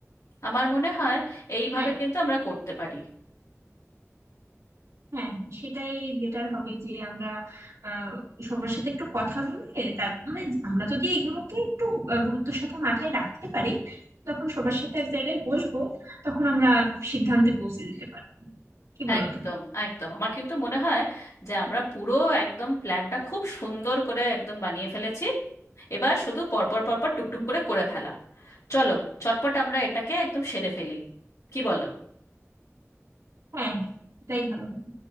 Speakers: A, on the left (about 70°); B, on the right (about 80°).
A: আমার মনে হয় এইভাবে
B: হ্যাঁ
A: কিন্তু আমরা করতে পারি
B: হ্যাঁ সেটাই বেটার হবে যে আমরা আহ সবার সাথে একটু কথা বলে তার মানে আমরা যদি এগুলোকে একটু আহ, গুরুত্বের সাথে মাথায় রাখতে পারি তখন সবার সাথে এক জায়গায় বসবো তখন আমরা সিদ্ধান্তে পৌঁছে যেতে পারবো কি বলো
A: একদম একদম আমার কিন্তু মনে হয় যে আমরা পুরো একদম প্ল্যানটা খুব সুন্দর করে একদম বানিয়ে ফেলেছি এবার শুধু পরপর পরপর
B: তুমি
A: টুকটুক করে করে ফেলা চলো চটপট আমরা এটাকে একদম সেরে ফেলি কি বলো
B: হ্যাঁ হ্যাঁ এটাই ভালো হবে